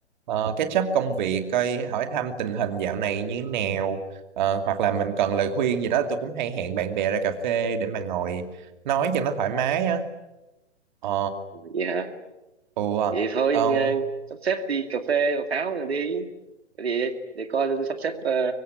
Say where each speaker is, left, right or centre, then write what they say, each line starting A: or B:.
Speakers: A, on the right; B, on the right.
A: uh, catch up công việc coi hỏi thăm tình hình dạo này như nào Ờ, hoặc là mình cần lời khuyên gì đó tôi cũng hay hẹn bạn bè ra cà phê để mà ngồi nói cho nó thoải mái á ờ
B: vậy hả
A: ủa,
B: vậy thôi
A: ờ,
B: ờ, sắp xếp đi cà phê cà pháo rồi đi để, để coi tôi sắp xếp ờ,